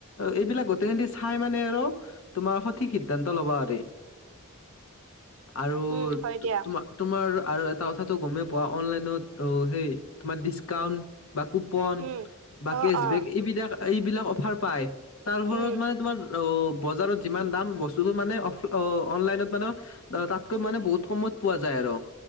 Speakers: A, on the left (about 65°); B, on the right (about 65°).
A: এইবিলাক গোটেই সটি চাই মানে আৰু তোমাৰ সঠিক সিদ্ধান্ত ল'ব পাৰি। আৰু
B: উম হয় দিয়া
A: তোমাৰ তোমাৰ আৰু এটা কথাটো গমেই পোৱা অনলাইনত অ' সেই তোমাৰ ডিচকাউন্ট বা কো পন
B: উম
A: বা
B: অ
A: কেছবেক
B: অ
A: এইবিলাক এইবিলাক অফাৰ পায় তাৰওপৰত
B: উম
A: মানে তোমাৰ অ' বজাৰত যিমান দাম বস্তুটো মানে অফ অ' অনলাইনত মানে তাত কৈ মানে বহুত কমত পোৱা যায় আৰু।